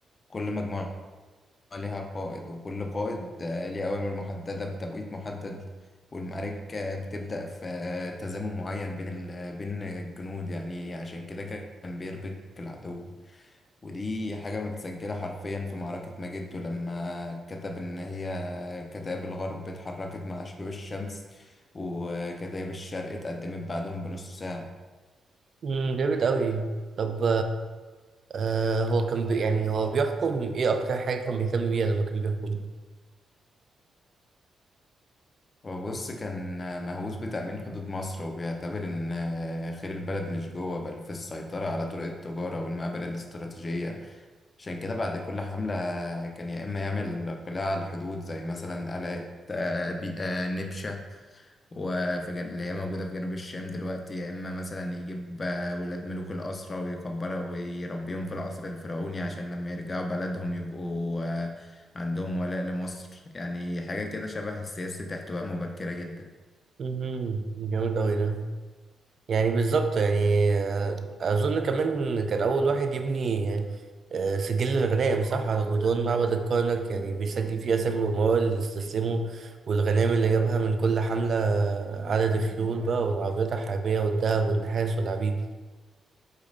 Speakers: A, on the left; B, on the right.
A: كل مجموعة ليها قائد وكل قائد آه، ليه أوامر محددة بتوقيت محدد والمعارك آه، بتبدأ في آه، تزامن معين بين ال... بين الجنود يعني عشان كده كان بيربك العدو ودي حاجة متسجلة حرفيا في معركة ماجدو لما كتب إن هي كتائب الغرب اتحركت مع شروق الشمس وكتائب الشرق اتقدمت بعدهم بنص ساعة
B: امم جامد أوي طب آه هو كان بي يعني هو بيحكم ايه اكتر حاجة كان بيهتم بيها لما كان بيحكم
A: وبص كان مهووس بتأمين حدود مصر وبيعتبر إن خير البلد مش جوه بل في السيطرة على طرق التجارة والمقابر الاستراتيجية عشان كده بعد كل حملة كان يا إما يعمل قلاع على الحدود زي مثلا قلعة آه، بي- آه، نبشة وفي جن... اللي هي موجودة في جنوب الشام دلوقتي يا إما مثلا يجيب آه، ولاد ملوك الأسرة ويكبرها ويربيهم في القصر الفرعوني عشان لما يرجعوا بلدهم يبقوا آه، عندهم ولاء لمصر يعني حاجة كده شبه سياسة احتواء مبكرة جدا
B: مهم. جامد أوي ده يعني بالظبط يعني آه، أظن كمان كان أول واحد يبني آه، سجل الغنائم صح على جدران معبد الكرنك يعني بيسجل فيه أسامي الأمراء اللي استسلموا والغنائم اللي جابها من كل حملة عدد الخيول بقى والعربيات الحربية والذهب والنحاس والعبيد